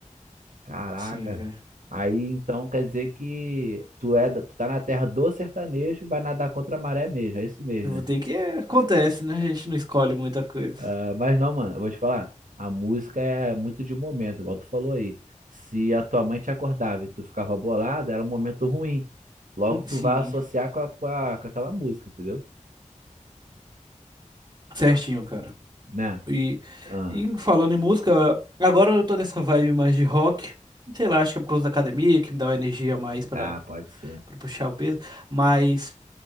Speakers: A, on the right; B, on the right.
A: Caraca.
B: Sim, velho.
A: Aí então quer dizer que tu é, da- tu tá na terra do sertanejo, e vai nadar contra a maré mesmo, é isso mesmo,
B: Eu vou
A: né?
B: ter que. é, Acontece, né? A gente não escolhe muita coisa.
A: Ah, mas não, mano, eu vou te falar, a música é muito de momento, igual tu falou aí. Se a tua mãe te acordava e tu ficava bolado, era um momento ruim. Logo
B: Hum,
A: tu
B: Sim,
A: vai associar
B: hein?
A: com, a- com, a- com aquela música, entendeu?
B: Certinho,
A: Ah,
B: cara.
A: né?
B: E,
A: Ah,
B: e falando em música, agora eu tô nessa vibe mais de rock. Sei lá, acho que é por causa da academia que me dá uma energia mais pra,
A: ah, pode ser.
B: pra puxar o peso. Mas